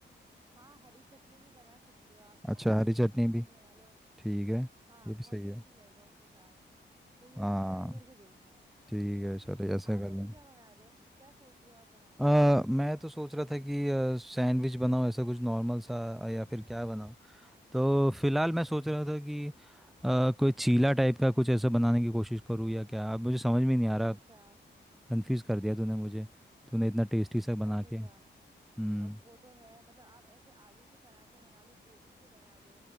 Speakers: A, on the right (about 20°); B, in the centre.
A: हाँ हरी चटनी भी बना सकते हो आप नॉर्मल
B: अच्छा हरी
A: कोई
B: चटनी
A: भी चटनी
B: भी
A: बना लो
B: ठीक है
A: हाँ
B: ये भी
A: बहुत
B: सही
A: टेस्टी
B: है
A: लगेगा उसके साथ तो ये
B: हाँ
A: आप ट्राई करके देखना हम्म
B: ठीक है चलो ऐसा
A: आप
B: कर
A: वैसे
B: लें
A: क्या बना रहे हो क्या सोच रहे हो आप बनाने
B: आ,
A: की
B: मैं तो सोच रहा था कि आ, सैंडविच बनाऊँ ऐसा कुछ नॉर्मल सा आ, या फिर क्या बनाऊँ तो फिलहाल मैं सोच रहा था कि आ, कोई चीला टाइप का कुछ ऐसा बनाने की कोशिश करूँ या क्या अब मुझे समझ में नहीं
A: अच्छा
B: आ रहा
A: अच्छा
B: कंफ्यूज कर दिया तूने मुझे तूने इतना टेस्टी सा
A: अच्छा
B: बना के
A: अच्छा
B: हम्म
A: अब वो तो है मतलब आप ऐसे आलू के पराठे बना लो गोभी के बना लो